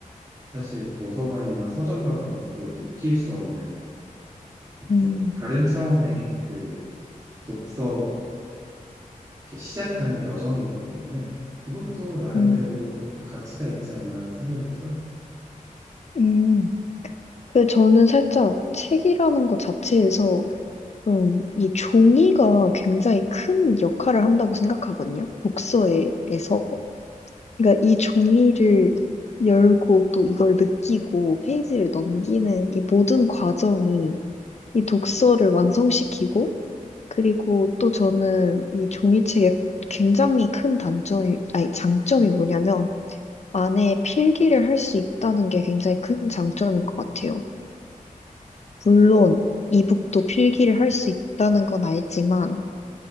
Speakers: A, on the right (about 25°); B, on the left (about 50°).
A: 사실 도서관이나 서점 가서는 또 느낄 수 없는
B: 음,
A: 좀 다른 차원의 그 독서를 이렇게 시작하는 여정이기 때문에 이것도 나름대로
B: 음,
A: 좀 가치가 있지 않나 생각이 들어요.
B: 음. 근데 저는 살짝 책이라는 것 자체에서 좀 이 종이가 굉장히 큰 역할을 한다고 생각하거든요. 독서에서. 그러니까 이 종이를 열고 또 이걸 느끼고 페이지를 넘기는 이 모든 과정이 이 독서를 완성시키고 그리고 또 저는 이 종이책의 굉장히 큰 단점이, 아니 장점이 뭐냐면 안에 필기를 할 수 있다는 게 굉장히 큰 장점인 것 같아요. 물론 이북도 필기를 할 수 있다는 건 알지만